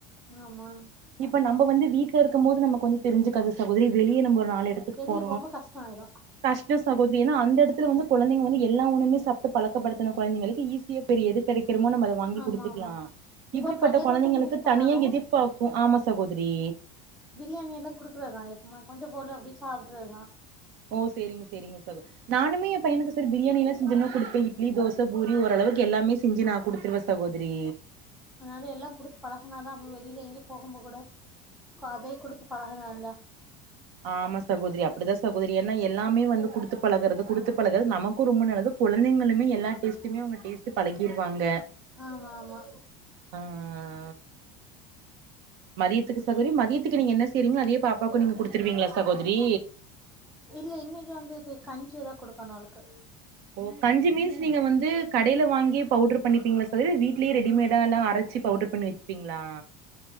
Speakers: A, in the centre; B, on the right.
A: <unintelligible>
B: இப்ப நம்ப வந்து வீட்ல இருக்கம்மோது நமக்கு வந்து தெரிஞ்சிக்காது சகோதரி வெளியே நம்ப ஒரு நாளு எடத்துக்கு போர்
A: துபோம்போ கஷ்டாயிரு
B: கஷ்டுஷ் சகோதிரி எனா அந்த எடத்துல வந்து கொழந்தைங்க வந்து எல்லா உணவுமே சாப்ட்டு பழக்கப்படுத்துன கொழந்தைகளுக்கு ஈஸியா பெரி எது கெடைக் கிறமோ நம்ம அத வாங்கி
A: ஆமா
B: குடுத்துக்லா
A: ஆமா இப்போ
B: இப்பிடிபட்ட
A: ஒரு கல்யாண
B: கொழந்தைங்களுக்குத்
A: வீட்டுக்கு கூட்டிட்டு போனாலு
B: தனியா எதிர்பாப் பு ஆமா சகோதிரி
A: பிரியாணியிலாக் குடுக்றதா எப்பமாச்சு கொஞ்ச பொருள அப்டியே சாப்ட்றதா
B: ஓ சேரிங்க சேரிங்க சகோ நானுமே எம் பையனுக்கு செரி பிரியாணியிலா செஞ்சனா குடுப்பே இட்லி தோச பூரி ஓரளவுக்கு எல்லாமே செஞ்சு நா குடுத்துருவேச் சகோதிரி
A: அதனால எல்லாங் குடுத்து பழகனாதா அப்ப வெளில எங்கியுப் போகும்போ கூட கொ அதேக் குடுத்துப் பழகலாம்லா
B: ஆமா சகோதிரி அப்டிதா சகோதரி என்ன எல்லாமே வந்து குடுத்து பழகறது குடுத்து பழகறது நமக்கு ரொம்ப நல்லதுக் குழந்தைகளுமே எல்லா டேஸ்ட்டுமே அவுங்க டேஸ்ட்டு பழகிருவாங்க
A: ஆமா ஆமா
B: ஆ மதியதுக்கு சகோரி மதியதுக்கு நீங்க என்ன செய்றீங்ளோ அதியேப் பாப்பாக்கு நீங்க குடுத்துருவீங்ளா சகோதிரி
A: இல்ல இன்னிக்கி வந்து இது கஞ்சிதா குடுக்கனு அவளுக்கு
B: ஓ கஞ்சி மீன்ஸ் நீங்க வந்து கடையில வாங்கி பவுடர் பண்ணிப்பீங்களா சகோதரி வீட்லயே ரெடிமேடா எல்லா அரச்சு பவுடர் பண்ணி வெச்சுப்பீங்களா